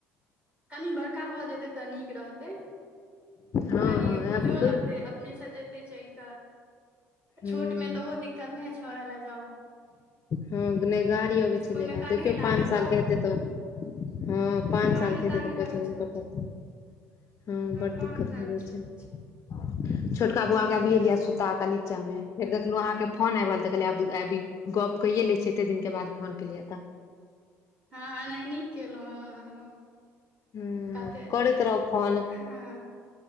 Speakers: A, on the right; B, on the left.
A: कनि बड़का भऽ जेतै तऽ नीक रहतै।
B: हँ
A: कनि
B: हँ
A: बुझो
B: आब हूँ
A: लगतै अपने सँ जेतै चलि कऽ,
B: हँ
A: छोट मे तऽ ओहो दिक्कत नहि छोड़य लए जाउ।
B: हँ नहि गाड़ी अबै
A: इसकुलमे
B: छलैए ने
A: कान्हे
B: देखियौ
A: लागल
B: पाँच सालके हेतै तऽ, हँ पाँच
A: कान्हे
B: साल के हेतै
A: तान्हे
B: तऽ पहुचाबए
A: लागै
B: हुनका
A: छै बच्चा
B: <unintelligible> पप्पा। हँ बड़
A: पाँच
B: दिक्कत
A: साल
B: भए जाइ
A: ठीक
B: छैय
A: छै
B: छोटका
A: हूँ
B: बौआ के अभी एलियैए सुता के कनि, नीचा मे फेर देखलहु अहाँके फोन आबि रहल तऽ कहल- गप्प कइये लै छी, एते दिन के बाद फोन केलियै तऽ,
A: हँ एनाहि नीक केलहुँ हँ हँ।
B: हँ
A: कते
B: करैत रहू फोन
A: हँ